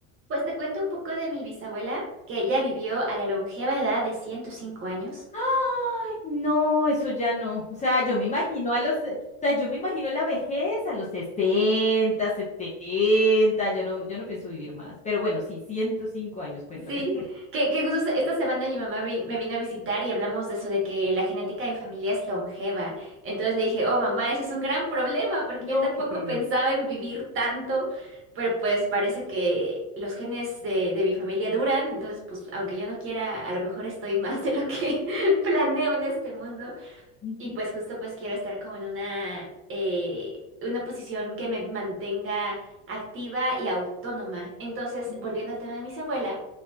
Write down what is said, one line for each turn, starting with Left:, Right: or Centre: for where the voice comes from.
Right: Pues te cuento un poco de mi bisabuela, que ella vivió a la longeva edad de 105 años.
Left: Ay, no, eso ya no. O sea, yo me imagino a los, o sea, yo me imagino la vejez a los 60, 70. yo no, yo no pienso vivir más. Pero bueno, sí, ciento cinco años, cuéntame.
Right: Sí,
Left: <laughs>
Right: que, que justo se- esta semana mi mamá vi- me vino a visitar y hablamos de eso, de que la genética de mi familia es longeva. Entonces le dije, oh mamá, eso es un gran problema, porque yo
Left: Ok,
Right: tampoco
Left: pero...
Right: pensaba en vivir tanto, pero pues parece que los genes de, de mi familia duran, entonces pues aunque yo no quiera, a lo mejor estoy <laughs> más de lo que <laughs> planeo en este mundo.
Left: Ujú,
Right: Y pues justo pues quiero estar como en una, eh, una posición que me mantenga activa y autónoma. Entonces,
Left: ujú,
Right: volviendo al tema de mis abuelas,